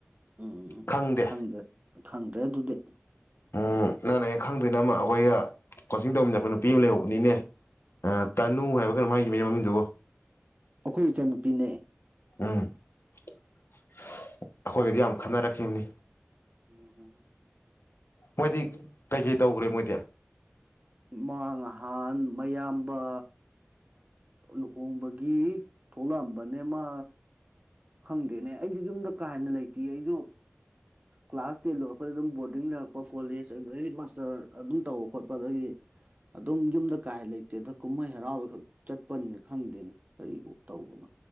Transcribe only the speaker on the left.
ꯈꯪꯗꯦ
ꯎꯝ ꯅꯪꯅꯦ ꯑꯩ ꯈꯪꯗꯣꯏ ꯅ ꯑꯃ ꯑꯩꯈꯣꯏꯒ ꯀꯣꯆꯤꯡ ꯇꯧꯕꯅꯤꯅ ꯑꯩꯈꯣꯏ ꯅꯨꯄꯤ ꯑꯃ ꯂꯩꯍꯧꯕꯅꯤꯅꯦ ꯇꯥꯅꯨ ꯍꯥꯏꯕ ꯀꯩꯅꯣ ꯃꯥꯒꯤ ꯃꯤꯅꯦ ꯃꯃꯤꯡꯗꯨꯕꯣ
ꯎꯝ ꯑꯩꯈꯣꯏꯒꯗꯤ ꯌꯥꯝ ꯈꯟꯅꯔꯛꯈꯤꯕꯅꯤ
ꯃꯣꯏꯗꯤ ꯀꯩꯀꯩ ꯇꯧꯈ꯭ꯔꯦ ꯃꯣꯏꯗꯤ